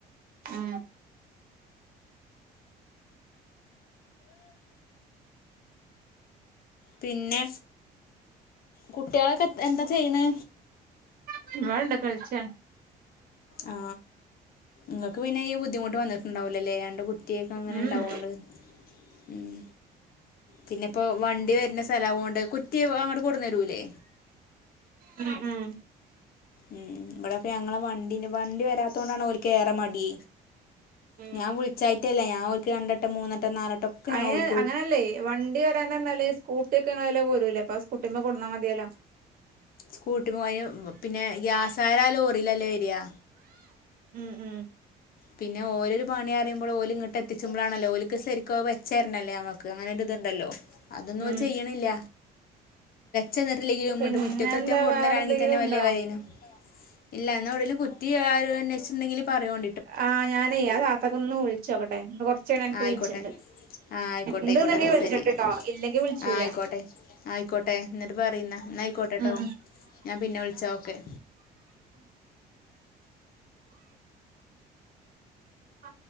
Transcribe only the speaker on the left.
പിന്നെ കുട്ട്യാളൊക്കെ എന്താ ചെയ്യ് ണെ
ആ ങ്ങക്ക് പിന്നെ ഈ ബുദ്ധിമുട്ട് വന്നിട്ടുണ്ടാവൂല്ലല്ലേ രണ്ട് കുറ്റിയൊക്കെ അങ്ങനെ
ഇണ്ടാവോണ്ട് ഉം പിന്നെ പ്പോ വണ്ടി വരുന്ന സ്ഥലം ആവൊണ്ട് കുറ്റി അങ്ങോട്ട് കൊടുന്നെരൂല്ലേ
ഉം ഇവിടെപ്പം ഞങ്ങളെ വണ്ടിണ്ട് വണ്ടി വരാത്തോണ്ടാണ് ഓൽക്ക് ഏറെ മടി
ഞാൻ വിളിച്ചായിട്ടല്ല ഞാൻ ഓല്ക്ക് രണ്ടട്ടം മൂന്നട്ടം നാലട്ടം ഒക്കെ
ഞാൻ ഓൽ
സ്കൂട്ടിമ പോയാ പിന്നെ ഗ്യാസായര ലോറിലല്ലെ വെരിയാ
പിന്നെ ഓരോരു പണി അറുമ്പോൾ ഓല് ഇങ്ങോട്ടെത്തിച്ചുമ്പോളാണല്ലോ ഓലക്ക് ശരിക്കും വെച്ചരണല്ലേ നമ്മക്ക് അങ്ങനെ ഇതുണ്ടല്ലോ അതൊന്നും
ചെയ്യണില്ല ചെന്നിട്ടില്ലെങ്കിലുണ്ട്
മുറ്റത്തെക്കെ
കൊണ്ടുവന്നരാങ്കി
തന്നെ
വലൃയ കാര്യണ് ഇല്ല എന്നാ എവിടെലും കുറ്റി ആര് അന്വേഷിച്ചുട്ടുണ്ടെങ്കിൽ പറയണ
ആ ആയിക്കോട്ടെ
ആ ആയിക്കോട്ടെ
ആയിക്കോട്ടെ എന്നാ
ശരി
ആ ആയിക്കോട്ടെ ആയിക്കോട്ടെ എന്നിട്ട് പറയുന്ന എന്നാ ആയിക്കോട്ടെട്ടോ
ഞാൻ പിന്നെ വിളിച്ചാ ഓക്കെ